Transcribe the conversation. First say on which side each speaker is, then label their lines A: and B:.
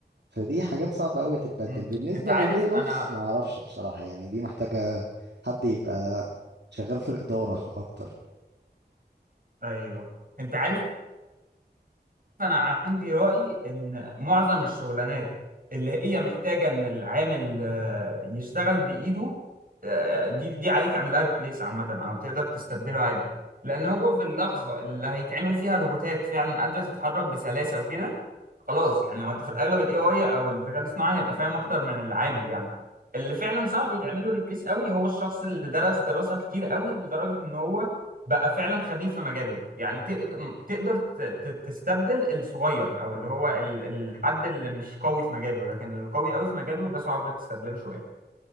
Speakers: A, on the right; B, on the right.
A: فدي حاجات صعبة قوي تتبدل
B: امم
A: بالنسبة
B: انت عارف
A: لللي اوفس
B: انا
A: ما اعرفش بصراحة يعني دي محتاجة حد يبقى شغال في الإدارة <laughs> اكتر
B: ايوه انت عارف فانا عندي راي ان معظم الشغلانات اللي هي محتاجه ان العامل آه، يشتغل بايده آه، دي دي عادي تعملها ريبليس عامه او تقدر تستبدله عادي لان هو في اللحظه اللي هيتعمل فيها روبوتات فعلا قادره تتحرك بسلاسه وكده خلاص يعني هو انت في الاغلب الاي اي او الذكاء الاصطناعي هيبقى فاهم اكتر من العامل يعني اللي فعلا صعب يتعمل له ريبليس قوي هو الشخص اللي درس دراسه كتير قوي لدرجه ان هو بقى فعلا خبير في مجاله يعني تقد- تقدر ت- ت- تستبدل الصغير او اللي هو ال- الحد اللي مش قوي في مجاله لكن القوي قوي في مجاله ده صعب تستبدله شويه